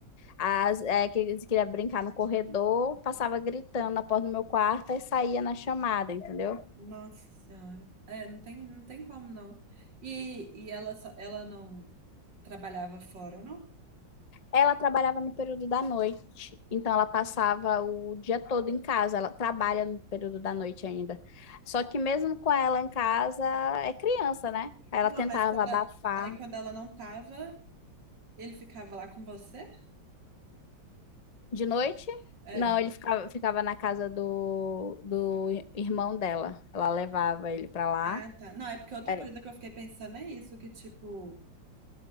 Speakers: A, on the left; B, on the right.
A: As, é, que eles queria brincar no corredor, passava gritando na porta do meu quarto e saía na chamada, entendeu?
B: Nossa Senhora. É, não tem, não tem como, não. E, e ela, só, ela não trabalhava fora, não?
A: Ela trabalhava no período da noite, então ela passava o dia todo em casa. Ela trabalha no período da noite ainda. Só que mesmo com ela em casa, é criança, né? Aí
B: Não,
A: Ela tentava
B: mas quando
A: abafar.
B: a- aí quando ela não tava, ele ficava lá com você?
A: De noite?
B: É.
A: Não, ele ficava, ficava na casa do, do irmão dela. Ela levava ele pra lá.
B: Ah, tá. Não, é porque outra
A: É,
B: coisa que eu fiquei pensando é isso, que tipo,